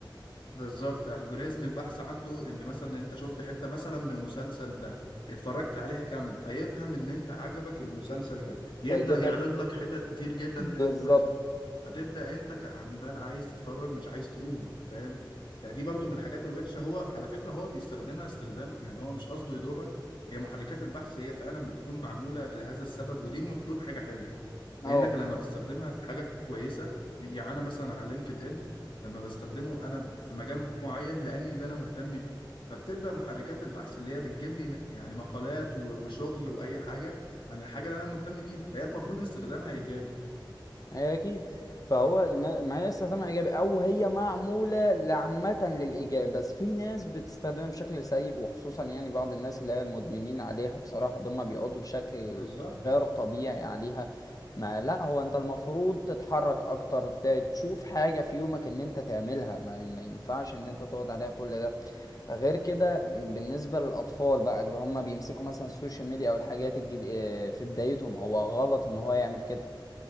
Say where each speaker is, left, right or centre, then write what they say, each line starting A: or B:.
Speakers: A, on the left; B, on the left.
A: بالظبط الجوريزم البحث عنده ان مثلا انت شفت حته مثلا من المسلسل ده اتفرجت عليها كامله فيفهم ان انت عجبك المسلسل ده يبدا
B: فيجيب
A: يعرض
B: لك <laughs>
A: لك حتت كتير جدا
B: بالظبط
A: منه مثلا فتبدا انت كعمال عايز تتفرج مش عايز تقوم فاهم فدي برضو من الحاجات الوحشه هو على فكره هو بيستخدمها استخدام يعني هو مش قصده يضرك هي محركات البحث هي فعلا بتكون معموله لهذا السبب ودي المفروض حاجه حلوه
B: اه
A: لانك لما بتستخدمها في حاجه كويسه يعني انا مثلا على لينكد ان لما بستخدمه انا في مجال معين لاني اللي انا مهتم بيه فبتبدا محركات البحث اللي هي بتجيب لي يعني مقالات و- وشغل واي حاجه عن الحاجه اللي انا مهتم بيها فهي المفروض استخدامها ايجابي
B: هي اكيد فهو النا- ما هي استخدامها ايجابي او هي معموله لعامه للايجاب بس في ناس بتستخدمها بشكل سيء وخصوصا يعني بعض الناس اللي هي المدمنين عليها بصراحه اللي هم بيقعدوا بشكل
A: بالظبط
B: غير طبيعي عليها ما لا هو انت المفروض تتحرك اكتر ت- تشوف حاجه في يومك ان انت تعملها ما, ما ينفعش ان انت تقعد عليها كل ده غير كده بالنسبة للأطفال بقى اللي هم بيمسكوا مثلا السوشيال ميديا أو الحاجات الجديدة في بدايتهم هو غلط إن هو يعمل كده